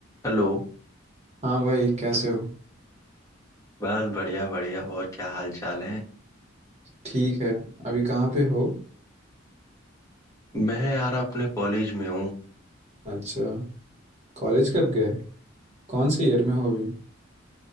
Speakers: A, on the left; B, on the right.
A: Hello
B: हाँ भाई कैसे हो
A: बस बढ़िया बढ़िया और क्या हाल चाल है
B: ठीक है अभी कहाँ पे हो
A: मैं यार अपने कॉलेज में हूँ
B: अच्छा कॉलेज कब गए कौन से ईयर में हो अभी